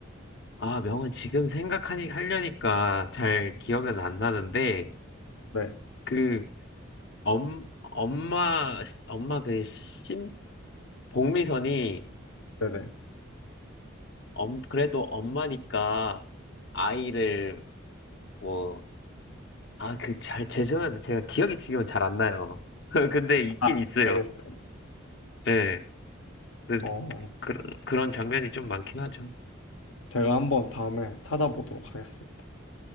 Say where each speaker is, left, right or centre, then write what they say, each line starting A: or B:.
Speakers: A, on the left; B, on the left.
A: 아, 명언 지금 생각하니, 하려니까 잘 기억은 안 나는데,
B: 네,
A: 그, 엄, 엄마, 엄마 그 심, 복미선이
B: 네네.
A: 엄, 그래도 엄마니까 아이를 뭐, 아, 그, 잘, 죄송한데 제가 기억이 지금은 잘 안 나요. <laughs> 근데 있긴
B: 아,
A: 있어요.
B: 알겠어요.
A: 네. 그-
B: 어,
A: 그런, 그런 장면이 좀 많긴 하죠.
B: 제가 한번 다음에 찾아보도록 하겠습니다.